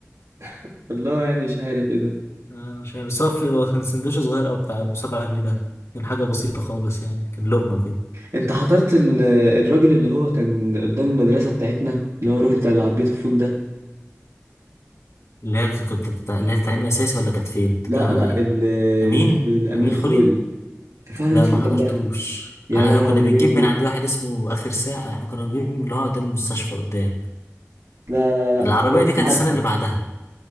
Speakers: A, on the right; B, on the left.
A: <laughs> والله يعني مش عارف ايه ده
B: انا مش عارف بس هو في- هو كان سندوتش صغير او بتاع ابو 7 جنيه ده كان حاجه بسيطه خالص يعني كان لقمه كده
A: انت حضرت ال- الراجل اللي هو كان قدام المدرسه بتاعتنا اللي هو الراجل بتاع عربيه الفول ده
B: اللي هي كنت بتاع- اللي هي التعليم الاساسي ولا كانت فين بتتكلم
A: لا
B: على
A: لا
B: ايه
A: ال-
B: امين
A: اللي في الامين
B: امين
A: الخولي
B: خلي
A: كان في عربيه
B: لا
A: فول
B: ما حضرتوش
A: قبلها يا
B: انا
A: لهوي
B: كنا بنجيب من عند واحد اسمه اخر ساعه احنا كنا بنجيب من اللي هو قدام المستشفى قدام
A: لا لا لا
B: العربيه
A: أيوة،
B: دي كانت
A: عارفه
B: السنه اللي بعدها